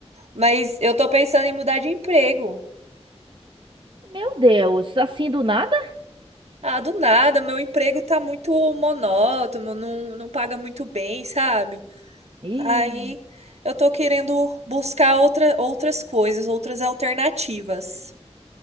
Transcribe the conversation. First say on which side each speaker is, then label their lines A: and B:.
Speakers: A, on the right (about 70°); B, on the right (about 45°).
A: Mas eu tô pensando em mudar de emprego.
B: Meu Deus, assim do nada?
A: Ah, do nada, meu emprego tá muito monótono, não, não paga muito bem, sabe?
B: Ih.
A: Aí eu tô querendo buscar outra, outras coisas, outras alternativas.